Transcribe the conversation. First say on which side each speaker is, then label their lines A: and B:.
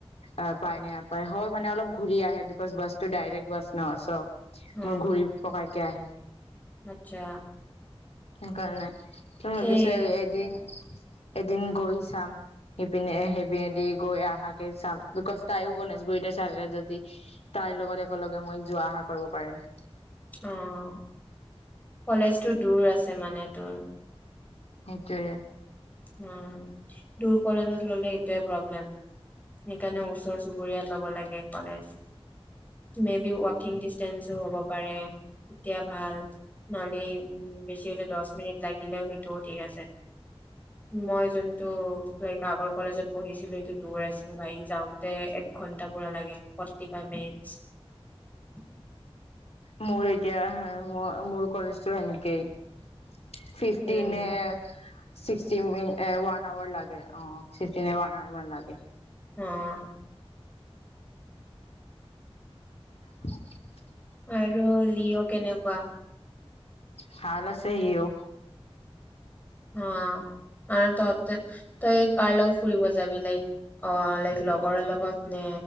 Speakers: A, on the left; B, on the left.
A: অ পায় নে নাপায় হয় মানে অলপ ঘূৰি আহে বিকজ বাছ টো ডাইৰেক্ট বাছ ন চ
B: অ',
A: মোৰ ঘূৰি পকাই তাহ
B: আচ্ছা
A: সেইকাৰণে তই ভাবিছ
B: সেয়ে
A: এদিন এদিন গৈ চাম সিপিনে সিপিনেদি গৈ অহাকে চাম বিকজ তাইও গনেেশগুৰিতে চাকে যদি তাইৰ লগত একেলগে মই যোৱা অহা কৰিব পাৰিম
B: অ', কলেজটো দূৰ আছে মানে তোৰ
A: সেইটোৱে
B: উ দুৰ কলেজত ললে এইটোৱে প্ৰব্লেম সেইকাৰণে ওচৰ চুবুৰীয়াত ল'ব লাগে কলেজ মে বি ৱাকিং ডিচেঞ্চো হ'ব পাৰে তেতিয়া ভাল নহ'লে বেছি হ'লে দহ মিনিট লাগিলেও সেইটোত ঠিক আছে মই যোনটো লাইক আগৰ কলেজত পঢ়িছিলো এইটো দূৰ আছিলো আহ়ি যাওঁতে এক ঘন্টা পুৰা লাগে ফোৰটি ফাইভ মিনিটছ
A: মোৰ এতিয়া ম মোৰ কলেজতটো সেনেকেই fifteen
B: um,
A: sixty one hour লাগে অ চিতি নে মন লাগে
B: অ'
A: <unintelligible>
B: আৰু লিঅ' কেনেকুৱা
A: ভাল আছে সিও
B: অ আৰু তহ তই লগত ফুৰিব যাবি লাইক অ লাইক লগৰৰ লগত নে